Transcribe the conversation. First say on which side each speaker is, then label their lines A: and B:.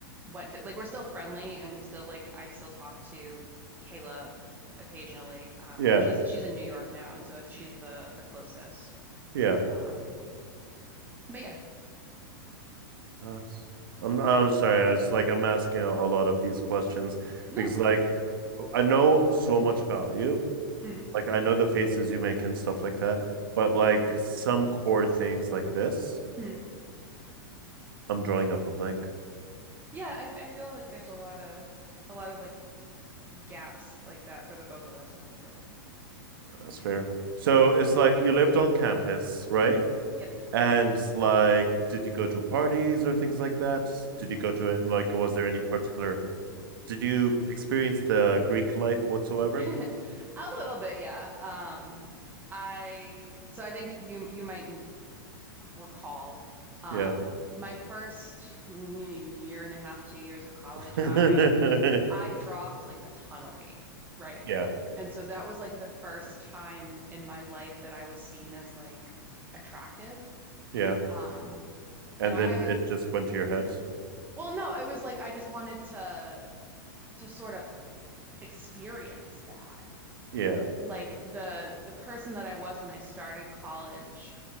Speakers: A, on the right; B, on the right.
A: went to, like we're still friendly and we still like I still talk to Kayla occasionally. Um,
B: Yeah.
A: she's she's in New York now, and so she's the the closest.
B: Yeah.
A: Um, but yeah,
B: Uh, I'm I'm sorry. It's like I'm asking a lot of these questions
A: no,
B: because
A: it's
B: like I know so much about you.
A: mm,
B: Like I know the faces you make and stuff like that, but like some core things like this,
A: mm.
B: I'm drawing up a blank.
A: Yeah, I I feel like there's a lot of a lot of like gaps like that for the both of us, honestly.
B: That's fair. So it's like you lived on campus, right?
A: hmm Yep.
B: And like, did you go to parties or things like that? Did you go to it? Like, was there any particular, did you experience the Greek life whatsoever?
A: <laughs> A little bit, yeah. Um, I so I think you you might recall, um,
B: Yeah.
A: my first mm, year and a half, two years of college,
B: <laughs>
A: I I dropped like a ton of weight, right?
B: Yeah.
A: And so that was like the first time in my life that I was seen as like attractive.
B: Yeah.
A: Um,
B: And
A: and I,
B: then it just went to your head.
A: well, no, it was like I just wanted to to sort of experience that.
B: Yeah.
A: Like the the person that I was when I started college